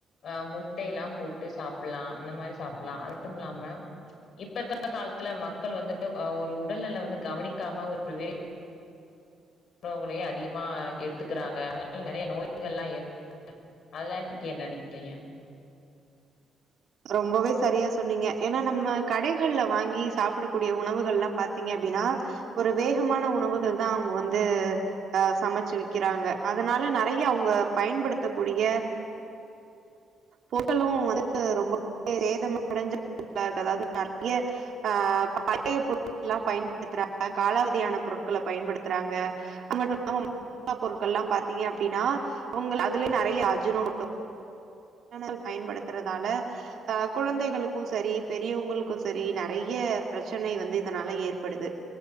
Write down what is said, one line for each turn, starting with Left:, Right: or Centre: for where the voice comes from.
Left: அ முட்டைல்லா போட்டு சாப்புல்லா அந்த மாரி சாப்புல்லா அது மட்டுமில்லாம இப்ப இருக்க காலத்துல மக்கள் வந்துட்டு ஒரு உடல்நல வந்து கவனிக்காம ஒரு வே உணவுகளையே அதிகமா எடுத்துக்குறாங்க அதனால நெறைய நோய்கள்லா ஏற் அதலா பத்தி என்ன நெனக்கிறீங்க
Right: ரொம்பவே சரியா சொன்னீங்க ஏன்னா நம்ம கடைகள்ல வாங்கி சாப்படக்கூடிய உணவுகள்லா பாத்தீங்க அப்டின்னா ஒரு வேகமான உணவுகள் தா அவுங்க வந்து அ சமச்சு விக்கிறாங்க அதனால நறைய அவுங்க பயன்படுத்தக்கூடிய ஹோட்டலு வந்து ரொம்ப சேதம் அடஞ்ச <inaudible> அதாவது நறைய அ பழைய பொருட்கள்லா பயன்படுத்துறாங்க காலாவதியான பொருட்கள பயன்படுத்துறாங்க அது மட்டுமில்லாம <inaudible> பாத்தீங்க அப்டின்னா அவுங்ளு அதுலயு நெறைய அஜினோ மோட்டோ வானல் பயன்படுத்துறதால அ கொழந்தைகளுக்கு செரி பெரியவங்களுக்கோ செரி நெறைய பிரச்சனை வந்து இதனால ஏற்படுது